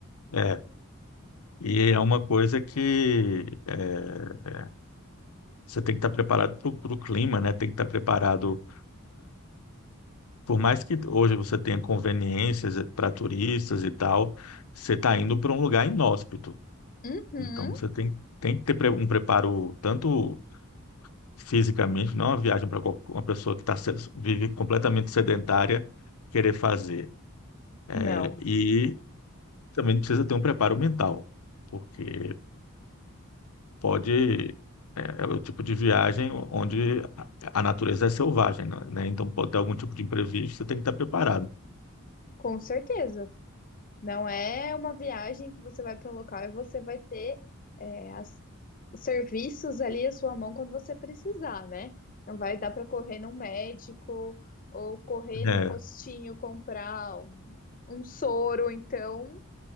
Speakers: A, on the left; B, on the left.
A: É. E é uma coisa que é, você tem que estar preparado para o clima, né? Tem que estar preparado Por mais que hoje você tenha conveniências para turistas e tal, você está indo para um lugar inóspito.
B: Uhum,
A: Então você tem, tem que ter pre- um preparo tanto fisicamente, não é uma viagem para uma pessoa que tá, se- vive completamente sedentária querer fazer.
B: não,
A: É, E também precisa ter um preparo mental, porque pode. É, é o tipo de viagem onde a a natureza é selvagem, né? Então pode ter algum tipo de imprevisto, você tem que estar preparado.
B: com certeza. Não é uma viagem que você vai para um local e você vai ter é, as- os serviços ali à sua mão quando você precisar, né? Não vai dar para correr num médico ou correr
A: É.
B: no postinho comprar um, um soro. Então,